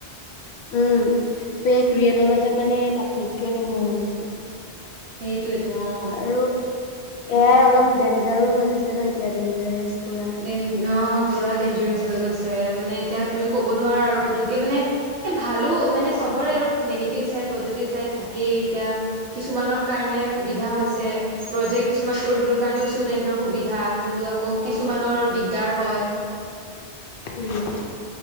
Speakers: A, on the left (about 65°); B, on the right (about 75°).
A: উম ফেক ৰিয়েলৰ মাজত মানে পাৰ্থক্যই নোহোৱা হৈ গৈছে।
B: এইতোৱেইতো অ।
A: আৰু এয়াই অলপ ডেঞ্জাৰো হৈ গৈছে ন এতিয়া ডেঞ্জাৰিয়ছ পুৰা।
B: অ পুৰা ডেঞ্জাৰছ হৈ গৈছে মানে এতিয়া তুমি ক'ব নোৱাৰা আৰু পুতুককে মানে। এ ভালো মানে চবৰে আৰু নিগেটিভ চাইড পজিটিভ চাইড থাকেই এতিয়া। কিছুমানৰ কাৰণে সুবিধা হৈছে প্ৰজেক্ট। কিছুমান কৰিবলৈ কাৰণেও ষ্টুডেণ্টৰ সুবিধা কিন্তু আকৌ কিছুমানৰ দিগদাৰ হয়।
A: উম।